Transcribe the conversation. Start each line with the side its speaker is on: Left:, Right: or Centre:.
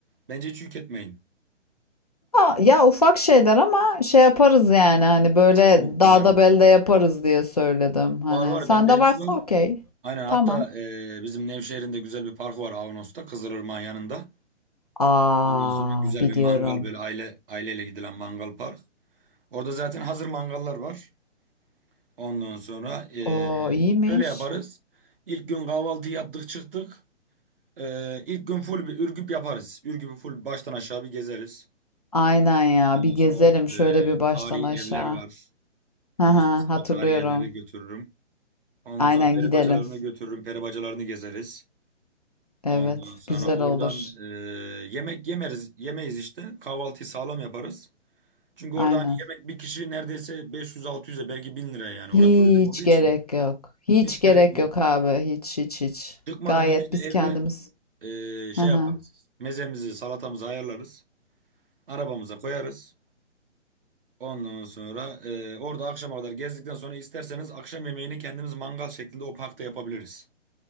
Right: Bence hiç yük etmeyin.
Left: Ha, ya ufak şeyler ama şey yaparız yani hani böyle
Right: Siz bilirsiniz
Left: dağda
Right: hani.
Left: belde yaparız diye söyledim hani.
Right: Var var
Left: Sende
Right: bende hepsi
Left: varsa
Right: var.
Left: okey.
Right: Aynen hatta
Left: Tamam.
Right: e, bizim Nevşehir'in de güzel bir parkı var Avanos'ta Kızılırmak'ın yanında.
Left: Aa
Right: Ondan sonra güzel
Left: biliyorum.
Right: bir mangal böyle aile aileyle gidilen mangal park. Orada zaten hazır mangallar var. Ondan sonra e,
Left: O iyiymiş.
Right: şöyle yaparız. İlk gün kahvaltı yaptık çıktık. Ee, ilk gün full bir Ürgüp yaparız. Ürgüp'ü full baştan aşağı bir gezeriz.
Left: Aynen ya
Right: Ondan
Left: bir
Right: sonra
Left: gezelim
Right: o
Left: şöyle bir
Right: e,
Left: baştan
Right: tarihi
Left: aşağı.
Right: evler var.
Left: Haha
Right: Ondan sonra sizi
Left: hatırlıyorum.
Right: o tarihi evlere götürürüm. Ondan
Left: Aynen
Right: sonra peri
Left: gidelim.
Right: bacalarına götürürüm. Peri bacalarını gezeriz.
Left: Evet
Right: Ondan sonra
Left: güzel
Right: oradan
Left: olur.
Right: e, yemek yemeriz, yemeyiz işte. Kahvaltıyı sağlam yaparız. Çünkü
Left: Aynen.
Right: orada hani yemek bir kişi neredeyse 500-600'e belki 1000 liraya yani. Orada
Left: Hiç
Right: turizm olduğu için
Left: gerek yok. Hiç
Right: hiç
Left: gerek
Right: gerek yok.
Left: yok abi. Hiç hiç hiç.
Right: Çıkmadan
Left: Gayet
Right: önce de
Left: biz
Right: evde
Left: kendimiz.
Right: e, şey
Left: Haha.
Right: yaparız. Mezemizi, salatamızı ayarlarız. Arabamıza koyarız. Ondan sonra e, orada akşama kadar gezdikten sonra isterseniz akşam yemeğini kendimiz mangal şeklinde o parkta yapabiliriz.